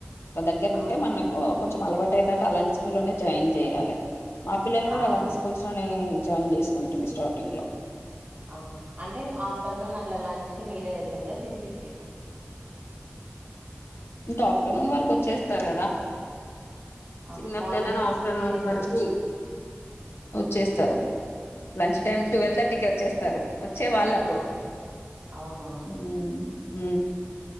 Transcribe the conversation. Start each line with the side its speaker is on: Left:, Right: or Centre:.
Left: మా దగ్గర ఉంటే
Right: అవును
Left: మనకు కొంచెం అలవాటు అయ్యేదాకా అలాంటి స్కూల్లోనే జాయిన్ జేయాలె మా పిల్లలు కూడా
Right: ఆ
Left: అలాంటి స్కూల్స్ లోనే జాయిన్ చేసిన ఉంటుం స్టార్టింగ్ లో
Right: ఆహా అంటే ఆఫ్టర్నూన్ అట్లా లంచ్ కి మీరే వెళ్తుండ్రా తినిపిచ్చేకి
Left: ఇంకా ఆఫ్టర్నూన్ వరకు వచ్చేస్తారు కదా
Right: ఆహా
Left: చిన్నపిల్లలను
Right: మార్నింగ్
Left: ఆఫ్టర్నూన్
Right: తినేసి
Left: వరకు
Right: వెళ్తా
Left: వచ్చేస్తారు లంచ్ టైమ్
Right: మ్హూ.
Left: టువల్ థర్టీకి వచ్చేస్తారు వచ్చే వాళ్ళప్పుడు
Right: ఆహా అవునా
Left: ఉ హూ